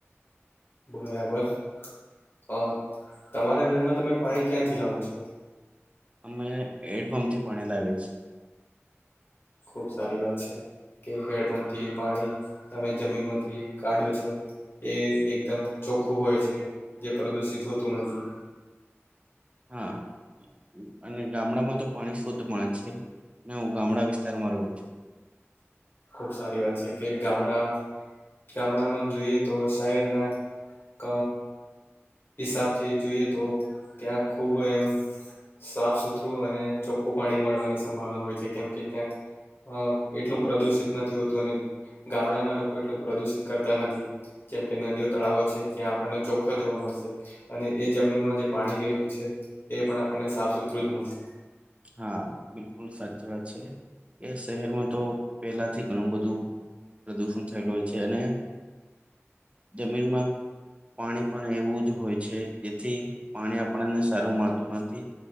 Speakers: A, on the left; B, on the right.
A: બરાબર અ તમારા ઘરમાં તમે પાણી ક્યાંથી લાવો છો?
B: અમે હેડપંપ થી પાણી લાવીએ છીએ.
A: ખુબ સારી વાત છે કે હેડપંપથી પાણી તમે જમીન માંથી કાઢો છો. એ એકદમ ચોખ્ખું હોય છે જે પ્રદુષિત હોતું નથી.
B: હા. અને ગામડામાં તો પાણી શુદ્ધ મળે છે, ને હું ગામડા વિસ્તારમાં રહું છું.
A: ખુબ સારી વાત છે કે ગામડા ગામડામાં જોઈએ તો શહેરના ક હિસાબથી જોઈએ તો ત્યાં ખૂબ એમ સાફ સુથરું અને ચોખ્ખું પાણી મળવાની સંભાવના હોય છે કેમ કે ત્યાં અ એટલું પ્રદુષિત નથી હોતું અને ગામડાના લોકો એટલું પ્રદુષિત કરતા નથી. જેમ કે નદીઓ તળાવો છે ત્યાં આપણને ચોખ્ખા જોવા મળશે. અને એ જમીનમાં જે પાણી ગયેલું છે એ પણ આપણને સાફ સુથરું જ મળશે.
B: હા બિલકુલ સાચી વાત છે. એ શહેરમાં તો પહેલાથી ઘણું બધું પ્રદૂષણ થયેલું હોય છે અને જમીનમાં પાણી પણ એવું જ હોય છે જેથી પાણી આપણને સારું મળતું નથી.